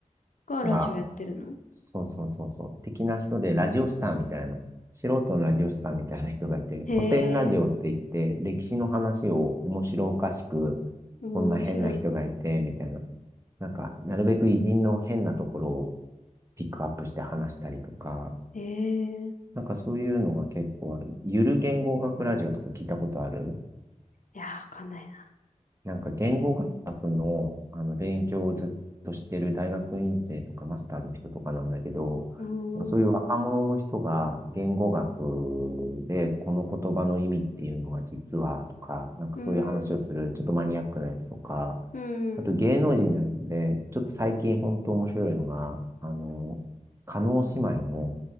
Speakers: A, on the left; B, on the right.
A: がラジオやってるの
B: がそうそうそうそう。的な人で、ラジオスターみたいな、素人のラジオスターみたいな人がいて、
A: へえ、
B: 古典ラジオって言って、歴史の話を面白おかしく、
A: おー面白い。
B: こんな変な人がいて、みたいな。なんか、なるべく偉人の変なところをピックアップして話したりとか、
A: へえ、
B: なんかそういうのが結構ある。ゆる言語学ラジオとか聞いたことある
A: いやー、わかんないな。
B: なんか言語学の、あの勉強をずっとしてる大学院生とかマスターの人とかなんだけど、
A: うーん、
B: なんかそういう若者の人が言語学でこの言葉の意味っていうのは実はとか、
A: う
B: なんかそういう話をするちょっとマニアックなやつとか、
A: ーん、うーん。
B: あと芸能人のやつで、ちょっと最近本当面白いのが、あの、叶姉妹の